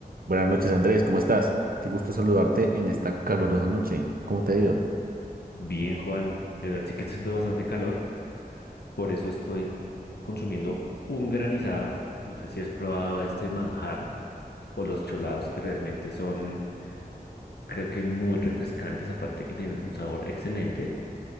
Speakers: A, on the right; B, on the left.
A: Buenas noches, Andrés, ¿cómo estás? Qué gusto saludarte en esta calurosa noche. ¿Cómo te ha ido?
B: Bien, Juan, la verdad sí que está haciendo bastante calor, por eso estoy consumiendo un granizado. No sé si has probado este manjar o los cholados que realmente son, creo que muy refrescantes, aparte que tienen un sabor excelente,